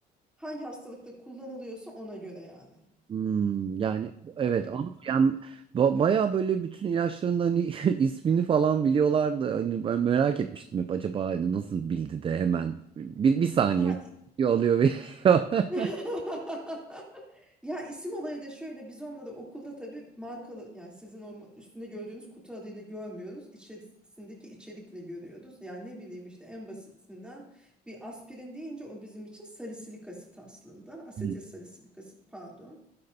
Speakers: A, in the centre; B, on the right.
A: hangi hastalıkta kullanılıyorsa ona göre yani.
B: Hmm, yani evet
A: Evet.
B: ama yani ba- bayağı böyle bütün ilaçların da hani <laughs> ismini falan biliyorlardı. Hani ben merak etmiştim hep acaba hani nasıl bildi de hemen bir, bir saniye
A: Ya i-
B: <laughs> diyor, alıyor veriyor.
A: <laughs>
B: <laughs>
A: Ya isim olayı da şöyle biz onları okulda tabii markalı yani sizin o üstünde gördüğünüz kutu adıyla görmüyoruz. İçerisindeki içerikle görüyoruz. Yani ne bileyim işte en basitinden bir aspirin deyince o bizim için salisilik asit aslında. Asetil
B: Hmm.
A: salisilik asit pardon.